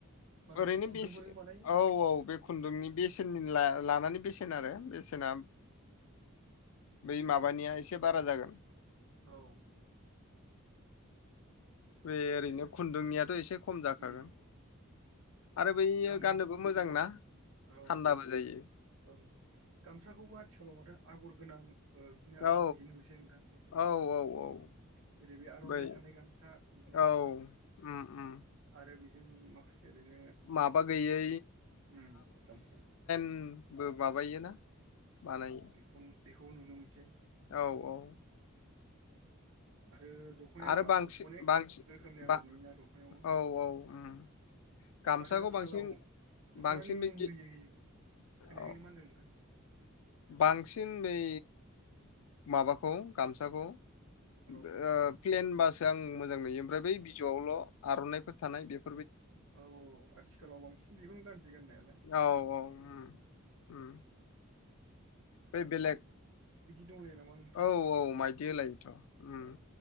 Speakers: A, on the right; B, on the left.
A: माखासे
B: ओरैनो
A: खुन्दुंफोरजों
B: बेसे
A: बानायो
B: औ औ बे खुन्दुंनि बेसेननि लानानै बेसेन आरो बेसेना बै माबानिया एसे बारा जागोन।
A: औ
B: बे ओरैनो खुन्दुंनियाथ' एसे खम जाखागोन।
A: उम
B: आरो बैयो
A: गाम
B: गाननोबो मोजांना
A: औ
B: थान्दाबो जायो।
A: औ गामसाखौबो आथिखालाव माथो आगर गोनां। ओ बिदिनो आगर
B: औ
A: गैयि नसै नोंथाङा माथो
B: औ औ औ
A: ओम। जेरै बे आर'नाइ
B: बै
A: थानाय गामसा मोनलायबावोना।
B: औ उम उम
A: आरो बेजों माखासे ओरैनो
B: माबा गैयै
A: ओम गामसा ।
B: ओम बो माबायोना बानायो
A: बेखौ बेखौ नुनो मोनसै
B: औ औ।
A: आरो दख'नायाबो
B: आरो बांसिन
A: अनेक
B: बांसिन
A: रोखोमनि आगर
B: बा
A: नुयोना दख'नायावबो।
B: औ औ उम गामसाखौ
A: माथो आथिखालाव
B: बांसिन
A: दख'नानि
B: बांसिन बे
A: मुं
B: गि
A: होयै होयै। खोनायाखैनो
B: औ
A: मा होनदों नोंथां?
B: बांसिन बै माबाखौ गामसाखौ ओ
A: औ
B: प्लेन बासो आं मोजां नुयो ओमफ्राय बै बिजौआवल' आर'नाइफोर थानाय बेफ
A: औ औ आथिखालाव बांसिन बेखौनो गान सिगनायालाय
B: औ औ उम
A: ओम।
B: उम बै बेलेग
A: दंलायो नामा नोंथां
B: औ औ माइदि
A: उम
B: होलायोथ' ओम।
A: औ